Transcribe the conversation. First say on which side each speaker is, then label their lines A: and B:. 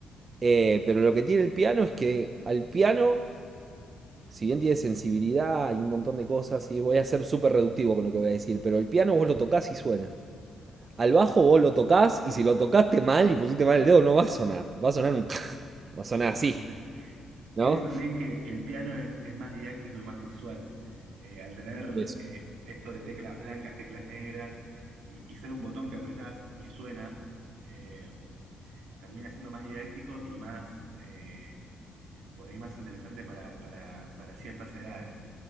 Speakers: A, on the right (about 40°); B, on the right (about 85°).
A: Eh, pero lo que tiene el piano es que al piano si bien tiene sensibilidad y un montón de cosas, y voy a ser súper reductivo con lo que voy a decir, pero el piano vos lo tocas y suena. Al bajo vos lo tocas y si lo tocaste mal y pusiste mal el dedo, no va a sonar. Va a sonar un. va a sonar
B: Totalmente.
A: así, ¿no?
B: Creo también que, que el piano es, es más didáctico y más visual. Eh, al tener
A: Eso,
B: eh, esto de teclas blancas, teclas negras y, y ser un botón que apretás y suena, eh, termina siendo más didáctico y más, eh, por ahí más interesante para, para, para ciertas edades.